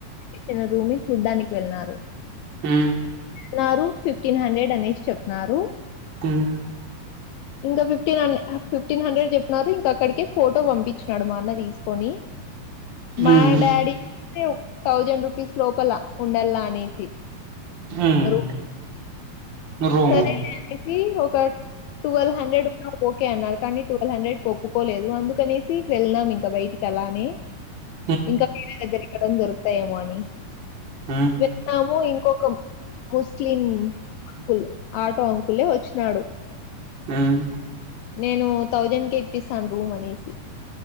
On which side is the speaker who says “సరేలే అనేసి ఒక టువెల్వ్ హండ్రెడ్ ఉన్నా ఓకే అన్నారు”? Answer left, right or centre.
Left